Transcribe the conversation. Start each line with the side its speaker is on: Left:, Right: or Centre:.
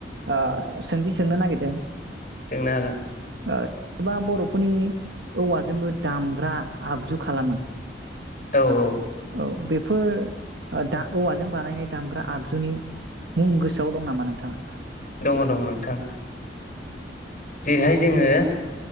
Right: ओ सोंथि सोंनो नागिर दों
Left: सोंनो हागोन
Right: ओ जेनेबा बर'फोरनि औवाजोंबो दामग्रा आगजु खालामो
Left: औ औ
Right: औ बेफोर दा औवाजों बानायनाय दामग्रा आगजुनि मुं गोसोआव दं नामा नोंथाङा
Left: दङ दङ नोंथां जेरैहाय जोंङो